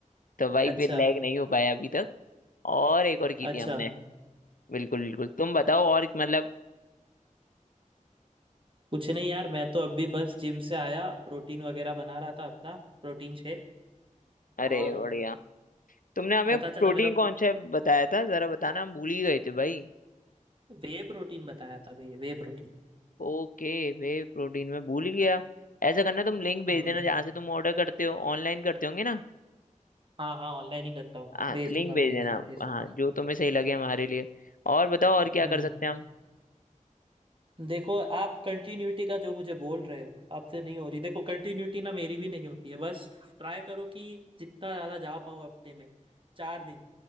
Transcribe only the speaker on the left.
तो भाई
फिर लेग नहीं हो पाया अभी तक और एक और की
थी हमने बिल्कुल बिल्कुल तुम बताओ और मतलब
अरे
बढ़िया तुमने हमें
प्रोटीन
कौन
सा बताया था जरा बताना हम भूल ही गए थे भाई
ओके वे प्रोटीन में भूल ही गया ऐसा करना तुम लिंक भेज
देना जहाँ से तुम ऑर्डर करते हो ऑनलाइन करते होंगे ना
हाँ
तो लिंक
भेज
देना
हाँ
जो तुम्हें सही लगे हमारे लिए और बताओ और क्या
कर सकते हैं हम